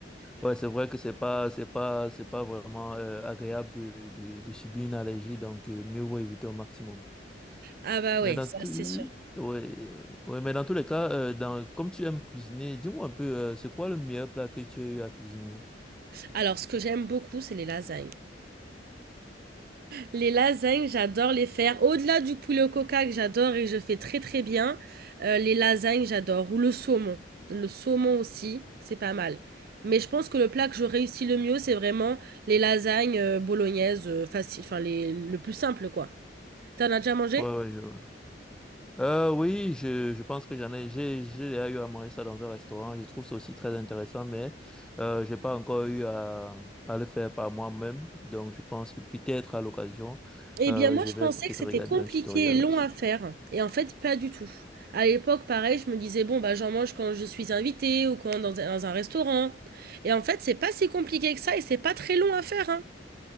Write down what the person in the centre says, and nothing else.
Ouais, c'est vrai que c'est pas, c'est pas, c'est pas vraiment euh, agréable de, de, de subir une allergie, donc euh, mieux vaut éviter au maximum.
Mais
dans
tout,
ouais, ouais, ouais, mais dans tous les cas, euh, dans, comme tu aimes cuisiner, dis-moi un peu, euh, c'est quoi le meilleur plat que tu as eu à cuisiner?
Ouais, ouais, je vois. Euh, oui, je, je pense que j'en ai, j'ai, j'ai déjà eu à manger ça dans un restaurant. Je trouve ça aussi très intéressant, mais euh, j'ai pas encore eu à, à le faire par moi-même. Donc, je pense que peut-être à l'occasion,
euh,
je
vais
peut-être
regarder
un tutoriel
là-dessus.